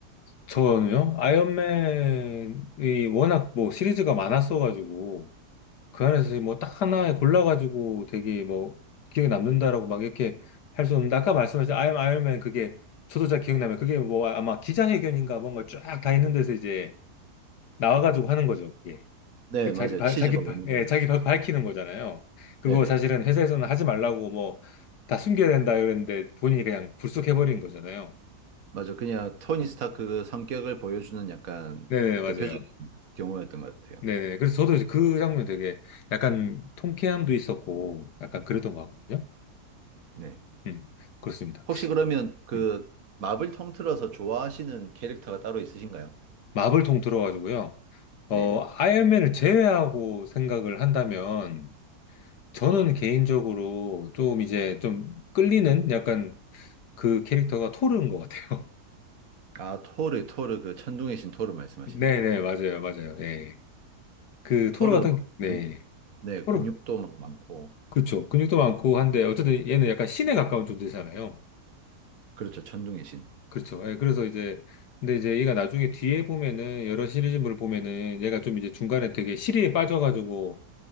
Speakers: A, on the left; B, on the right.
A: 저는요, 아이언맨이 워낙 뭐 시리즈가 많았어가지고, 그 안에서 뭐 딱 하나 골라가지고 되게 뭐 기억에 남는다라고 막 이렇게 할 수 없는데 아까 말씀하신 아이엠 아이언맨 그게 저도 잘 기억나면 그게 뭐 아마 기자회견인가 뭔가 쫙 다 있는 데서 이제 나와가지고 하는 거죠 그게
B: 네,
A: 그 자기
B: 맞아요.
A: 발
B: 치즈버거
A: 자기 발
B: 먹으면서.
A: 예 자기 발 밝히는 거잖아요 그거
B: 네네.
A: 사실은 회사에서는 하지 말라고 뭐 다 숨겨야 된다 이랬는데 본인이 그냥 불쑥해버린 거잖아요
B: 맞아. 그냥 토니 스타크 그 성격을 보여주는 약간
A: 네네 맞아요
B: 대표적인 경우였던 것 같아요.
A: 네네 그래서 저도 이제 그 장면 되게 약간 통쾌함도 있었고 약간 그랬던 것 같거든요
B: 네.
A: 음 그렇습니다.
B: 혹시 그러면 그
A: 음.
B: 마블 통틀어서 좋아하시는 캐릭터가 따로 있으신가요?
A: 마블 통틀어 가지고요. 어,
B: 네.
A: 아이언맨을 제외하고 생각을 한다면 저는 개인적으로 좀 이제 좀 끌리는 약간 그 캐릭터가 토르인 것 같아요.
B: 아, 토르, 토르, 그 천둥의 신 토르 말씀하시는
A: <laughs> 네네,
B: 거죠.
A: 맞아요, 맞아요. 예. 그 토르
B: 토르,
A: 같은,
B: 막
A: 네.
B: 근- 네,
A: 토르,
B: 근육도 막 많고.
A: 그렇죠. 근육도 많고 한데 어쨌든 얘는 약간 신에 가까운 존재잖아요.
B: 그렇죠. 천둥의 신.
A: 그렇죠. 예, 그래서 이제 근데 이제 얘가 나중에 뒤에 보면은 여러 시리즈물을 보면은 얘가 좀 이제 중간에 되게 시리에 빠져가지고